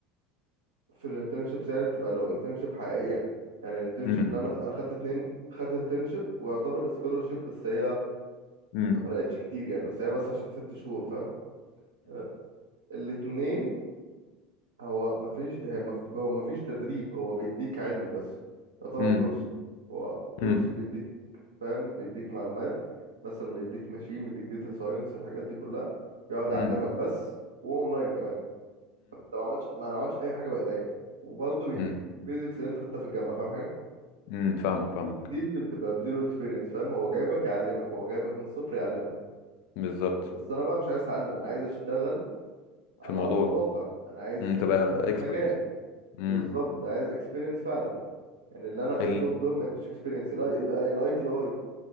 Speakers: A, on the right (about 80°); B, on the left (about 60°).
A: في الانترنشيبس يعني بتبقى لو انترنشيب حقيقيه يعني الانترنشيب
B: امم
A: اللي انا انا خدت اتنين خدت انترنشيب ويعتبر سكولرشيب بس هي
B: امم
A: ما فرقتش كتير يعني بس هي بس عشان ست شهور فاهم آه، الاتنين هو مفيش هي مف- هو مفيش تدريب هو بيديك علم بس يعتبر
B: امم
A: كورس هو كورس
B: امم
A: بيديك فاهم بيديك معلومات مثلا بيديك ماشين بيديك داتا ساينس الحاجات دي كلها بيقعد
B: امم
A: يعلمك بس واونلاين كمان انت ما عملتش ما عملتش اي حاجه بايديا وبرضه بيديك
B: امم
A: البيزكس اللي انت خدتها في الجامعه فاهم حاجه
B: امم فاهمك فاهمك
A: دي دي اللي بتبقى بزيرو اكسبيرينس فاهم هو جايبك يعلمك هو جايبك من الصفر يعلمك
B: بالظبط
A: بس انا بقى مش عايز اتعلم انا عايز اشتغل على
B: في الموضوع
A: ارض الواقع انا عايز
B: امم تبقى
A: اشوف المجال
B: اكسبرت امم
A: بالظبط عايز اكسبيرينس فعلا يعني اللي انا خدتهم
B: ال
A: دول ما يدوش اكسبيرينس الاي تي اي